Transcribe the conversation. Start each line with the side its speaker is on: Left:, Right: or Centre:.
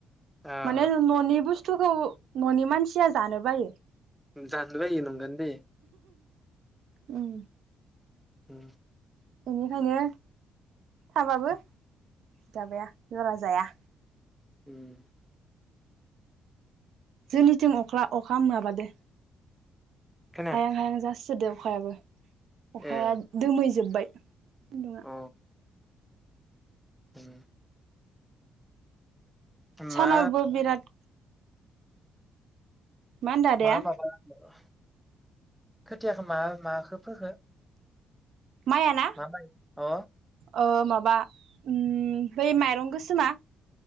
Centre: अ
Right: माने न'नि बुस स्थुखौ न'नि मानसिया जानो बायो।
Centre: जानोबायो नंगोआनोदे
Right: उम
Centre: उम
Right: बेनिखायनो थाबाबो जाबाया बारा जाया
Centre: उम
Right: जोंनिथिं अख्ला अखा माबादो
Centre: खोनाया
Right: हायां हायां जासो जासोदो अखायाबो अखाया
Centre: ए
Right: दोमैजोबबाय सान्दुंआ
Centre: अ उम
Right: सानावबो
Centre: मा
Right: बिराद होनदो आदाया
Centre: मा माबा होनदो खोथियाखो मा माखो फोखो?
Right: माइयाना
Centre: मा माय अ
Right: ओ माबा उम बै माइरं गोसोमा